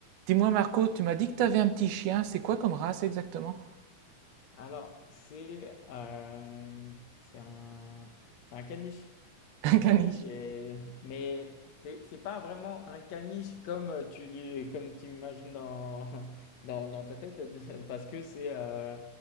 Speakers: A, on the right (about 80°); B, on the left (about 55°).
A: Dis-moi Marco, tu m'as dit que tu avais un petit chien, c'est quoi comme race exactement?
B: Alors, c'est euh, c'est un, c'est un caniche. C'est
A: <laughs> Un
B: un
A: caniche.
B: caniche, et- mais c'est c'est pas vraiment un caniche comme tu l'im- comme tu imagines dans, <laughs> dans, dans ta tête, <laughs> parce que c'est euh,